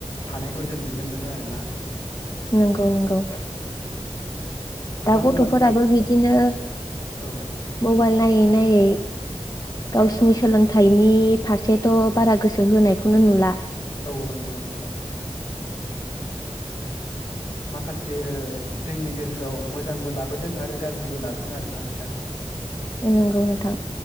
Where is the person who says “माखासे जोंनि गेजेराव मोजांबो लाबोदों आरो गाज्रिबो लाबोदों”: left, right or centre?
Left